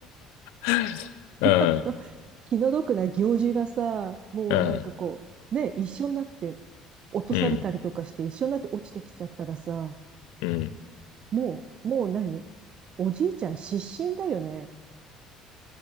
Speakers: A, on the left (about 60°); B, on the right (about 40°).
A: <laughs> うん、
B: <laughs> あと、気の毒な行事がさ、もうなんかこう、
A: うん、
B: ね、一緒になって落とされたりとかして一緒になって落ちてきちゃったらさ、
A: うん、うん。
B: もう、もう何おじいちゃん失神だよね。